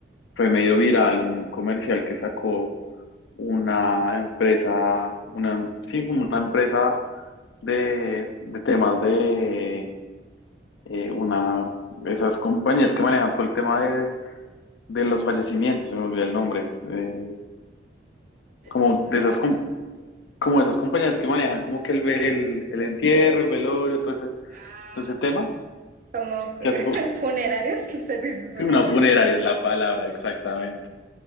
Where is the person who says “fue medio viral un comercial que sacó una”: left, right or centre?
Left